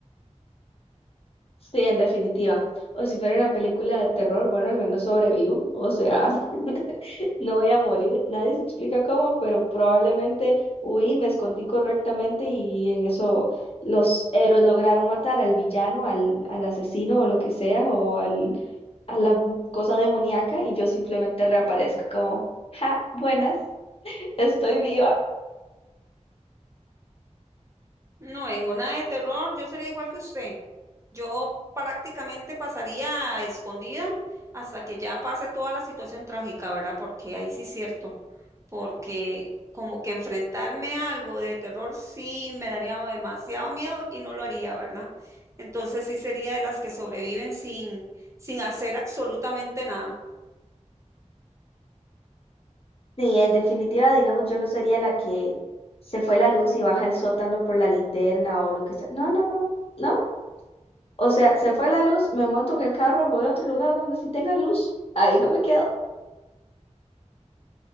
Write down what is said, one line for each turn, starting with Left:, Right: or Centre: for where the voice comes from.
Left: Sí, en definitiva. O si fuera una película de terror, bueno, al menos sobrevivo. O sea, <laughs> no voy a morir. Nadie se explica cómo, pero probablemente huí, me escondí correctamente y en eso los héroes lograron matar al villano, al, al asesino o lo que sea, o al, a la cosa demoníaca y yo simplemente reaparezco como, ja, buenas, estoy viva.
Right: No, en una de terror yo sería igual que usted. Yo prácticamente pasaría escondida hasta que ya pase toda la situación trágica, ¿verdad? Porque ahí sí es cierto, porque como que enfrentarme a algo de terror sí me daría demasiado miedo y no lo haría, ¿verdad? Entonces sí sería de las que sobreviven sin, sin hacer absolutamente nada.
Left: Sí, en definitiva, digamos, yo no sería la que se fue la luz y baja el sótano por la linterna o lo que sea. No, no, no. No, O sea, se fue la luz, me monto en el carro, me voy a otro lugar donde sí tenga luz, ahí no me quedo.